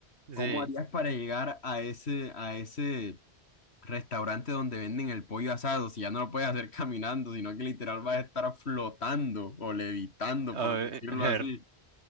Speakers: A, on the right; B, on the left.
A: Sí.
B: ¿Cómo harías para llegar a ese, a ese restaurante donde venden el pollo asado si ya no lo puedes hacer <laughs> caminando, sino que literal vas a estar flotando o levitando,
A: A
B: por decirlo
A: ver.
B: así?